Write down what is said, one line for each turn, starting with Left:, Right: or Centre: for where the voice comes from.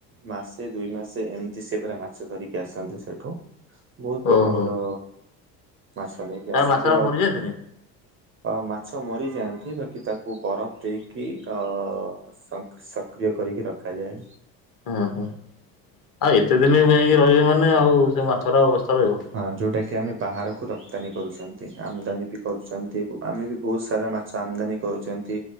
Right: ମାସେ ଦୁଇ ମାସେ ଏମିତି ସେ ପୁରା ମାଛ ଧରିକି ଆସନ୍ତି ସେଠୁ ବହୁତ ବଡ
Left: ଓହୋ
Right: ବଡ ମାଛ ନେଇକି
Left: ତାର
Right: ଆସନ୍ତି
Left: ମାଛରା
Right: ଆଉ
Left: ମରିଯାଆନ୍ତିନି?
Right: ଅ ମାଛ ମରିଯାଆନ୍ତି, ବାକି ତାକୁ ବରଫ ଦେଇକି ଅ ସଙ୍କ -ସ-ସକ୍ରିୟ କରିକି ରଖାଯାଏ।
Left: ହୁଁ ହୁଁ ଆଉ ଏତେ ଦିନ ଯାଇକି ରହିବେ ମାନେ ଆଉ ସେ ମାଛର ଅବସ୍ଥା ରହିବ।
Right: ହଁ ଯୋଉଟା କି ଆମେ ବାହାରକୁ ରପ୍ତାନୀ କରୁଛନ୍ତି। ଆମଦାନୀ ବି କରୁଛନ୍ତି ଏବଂ ଆମେ ବି ବହୁତ ସାରା ମା ଛ ଆମଦାନୀ କରୁଛନ୍ତି